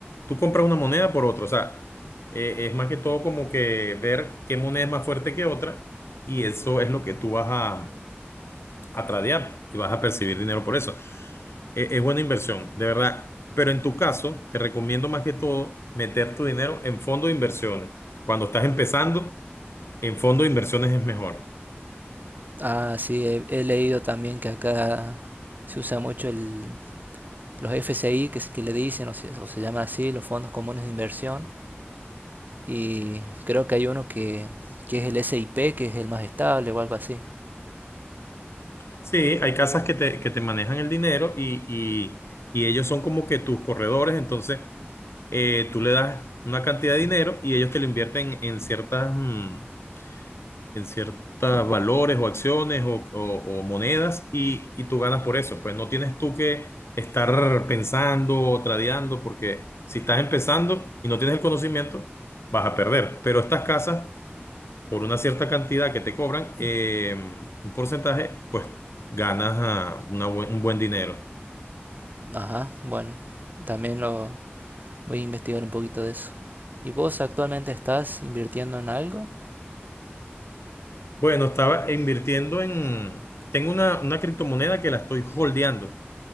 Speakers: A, on the left; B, on the right.
A: tú compras una moneda por otra, o sea, eh, es más que todo como que ver qué moneda es más fuerte que otra y eso es lo que tú vas a, a tradear y vas a percibir dinero por eso. Eh, es buena inversión, de verdad, pero en tu caso te recomiendo más que todo meter tu dinero en fondos de inversiones. Cuando estás empezando, en fondos de inversiones es mejor.
B: Ah, sí, he, he leído también que acá se usa mucho el, los FCI, que, es- que le dicen, o se, o se llaman así, los fondos comunes de inversión. Y creo que hay uno que, que es el s i p que es el más estable o algo así.
A: Sí, hay casas que te, que te manejan el dinero y, y- y ellos son como que tus corredores, entonces eh, tú le das una cantidad de dinero y ellos te lo invierten en ciertas, mm, en ciertos valores o acciones o, o- o monedas y, y tú ganas por eso. Pues no tienes tú que estar pensando o tradeando porque si estás empezando y no tienes el conocimiento, vas a perder. Pero estas casas, por una cierta cantidad que te cobran, eh, un porcentaje, pues ganas ah, una buen- un buen dinero.
B: Ajá, bueno, también lo voy a investigar un poquito de eso. ¿Y vos actualmente estás invirtiendo en algo?
A: Bueno, estaba invirtiendo en... Tengo una, una criptomoneda que la estoy holdeando.